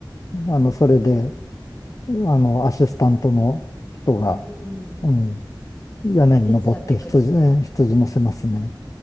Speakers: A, on the left; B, on the left.
A: あの、それで、あの、アシスタントの人が、
B: ーうん。
A: うん、屋根に登って羊、
B: 手伝ってくれて。
A: え羊乗せますね。